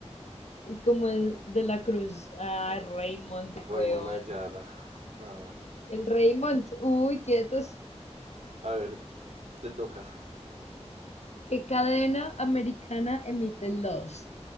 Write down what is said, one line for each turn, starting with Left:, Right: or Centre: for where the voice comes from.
Left: Y como el de la Cruz. Ah, Raymond,
Right: Raymond
Left: weón.
Right: Ayala. No.
Left: El Raymond, uy, quietos.
Right: A ver, te toca.
Left: ¿Qué cadena americana emite Lost?